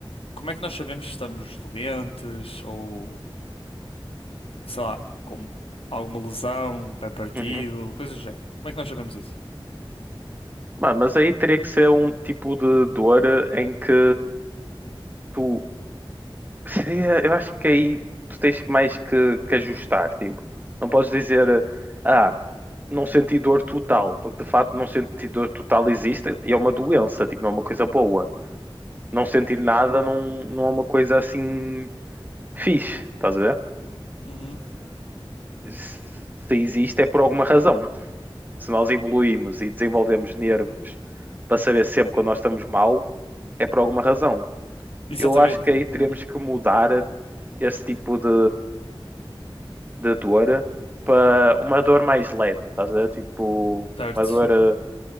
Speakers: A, on the left; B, on the right.
A: como é que nós sabemos se estamos doentes ou, sei lá, com alguma lesão, um pé partido,
B: uhum.
A: coisas do género? Como é que nós sabemos isso?
B: Mano, mas aí teria que ser um tipo de dor em que tu <laughs> seria, eu acho que aí tu tens mais que, que ajustar, tipo, não podes dizer, ah, não senti dor total, porque de facto não sentir dor total existe, e é uma doença, tipo, não é uma coisa boa. Não sentir nada não, não é uma coisa assim fixe, estás a ver?
A: Uhum.
B: se existe é por alguma razão. Se nós evoluímos e desenvolvemos nervos para saber sempre quando nós estamos mal, é por alguma razão.
A: Exatamente,
B: Eu acho que
A: exatamente.
B: aí teremos que mudar esse tipo de, de dor para uma dor mais leve, estás a ver? Tipo,
A: Certo.
B: uma dor,